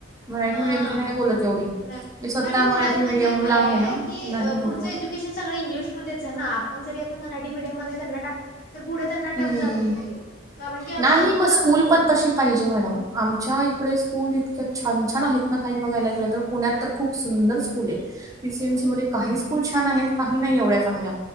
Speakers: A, on the right; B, on the left.
A: मराठी
B: हा
A: मिडियमची नाही बोलत एवढी
B: नाही
A: मी, स्वतः
B: आणि मुळात
A: मराठी मिडियमला
B: म्हणजे काय
A: आहे ना,
B: की अ,
A: नाही हो
B: पुढचं
A: तेवढं.
B: एज्युकेशन सगळे इंग्लिश मध्येच आहे ना, आपण जरी त्यांना मराठी मेडियम मध्ये त्यांना तर पुढे त्यांना
A: हम्म
B: टफ जातं ते, कारण की ह
A: नाही
B: भरपूर
A: मग स्कूल
B: अनुभव
A: पण तशी पाहिजे मॅडम, आमच्या इकडे स्कूल इतक्या छान-छान आहेत ना, काही बघायला गेलं तर. पुण्यात तर खूप सुंदर स्कूल आहे. पीसीएमसी
B: हो.
A: मध्ये काही छान काही नाही, एवढ्या चांगल्या.